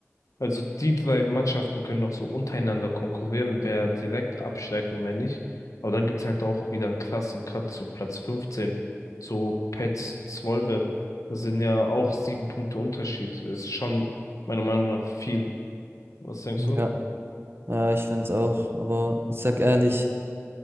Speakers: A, on the left; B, on the right.
A: Also die drei Mannschaften können auch so untereinander konkurrieren, wer direkt absteigt und wer nicht. Aber dann gibt's halt auch wieder einen krassen Cut zu Platz 15, zu Petz Zwolle. Das sind ja auch sieben Punkte Unterschied. Ist schon meiner Meinung nach viel. Was denkst
B: Hm.
A: du?
B: Ja, ja, ich find's auch, aber ich sag ehrlich,